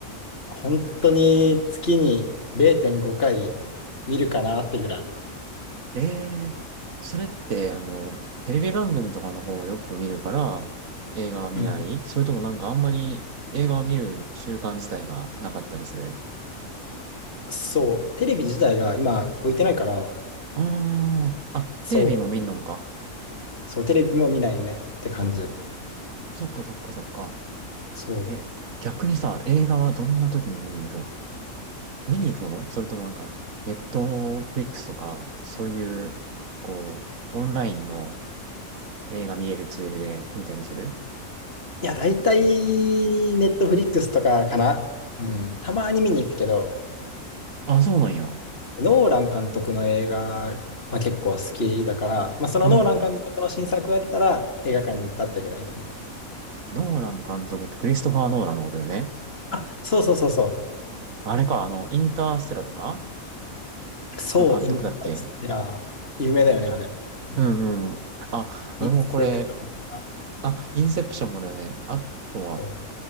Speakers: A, on the left (about 45°); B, on the right (about 70°).
A: 本当に月に0.5回見るかなってぐらい。
B: ええそれって、あの、テレビ番組とかの方をよく見るから、映画は見ないそれともなんかあんまり映画を見る習慣自体がなかったりする
A: うん。そう、テレビ自体が今置いてないから、
B: うーん。あ、
A: そう、
B: テレビも見んのか。
A: そう、テレビも見ないねって感じ。
B: そっかそっかそっか。
A: そう。
B: え、逆にさ、映画はどんな時に見に行く見に行くものそれともなんか、ネットフリックスとか、そういう、こう、オンラインの映画見れるツールで見たりする
A: いや、だいたいネットフリックスとかかな。うん、たまに見に行くけど、
B: あ、そうなんや。
A: ノーラン監督の映画は結構好きだから、まあ、そのノーラン監督の新作が出たら映画館に行ったってぐらいだね。
B: うん。ノーラン監督、クリストファー・ノーランのことだよね。
A: あ、そうそうそうそ
B: あれか、あの、インターステラとか
A: う。そう、
B: の監督だっけ
A: インターステラー。有名だよね、あれ。うん
B: うんうん。あ、俺もこれ、
A: インセプションとか
B: あ、インセプションもだよね。あとは、
A: そう、